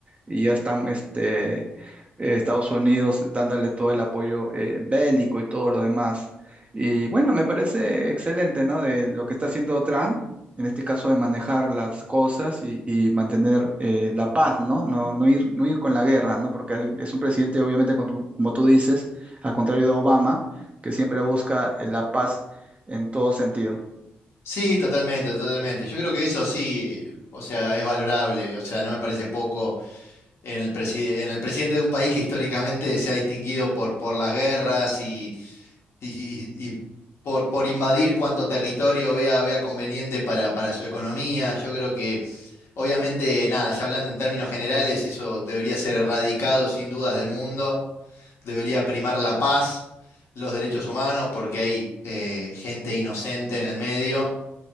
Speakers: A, on the right; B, on the left.
A: y ya están, este, eh, Estados Unidos dándole todo el apoyo eh, bélico y todo lo demás. Y bueno, me parece excelente, ¿no? De lo que está haciendo Trump, en este caso de manejar las cosas y, y mantener eh, la paz, ¿no? No, no ir, no ir con la guerra, ¿no? Porque él es un presidente, obviamente, con tu- como tú dices, al contrario de Obama que siempre busca la paz en todo sentido.
B: Sí, totalmente, totalmente. Yo creo que eso sí, o sea, es valorable, o sea, no me parece poco en el presi- en el presidente de un país que históricamente se ha distinguido por, por las guerras y, y- y- y por, por invadir cuanto territorio vea, vea conveniente para, para su economía. Yo creo que Obviamente, nada, ya hablando en términos generales, eso debería ser erradicado sin dudas del mundo, debería primar la paz, los derechos humanos, porque hay eh, gente inocente en el medio.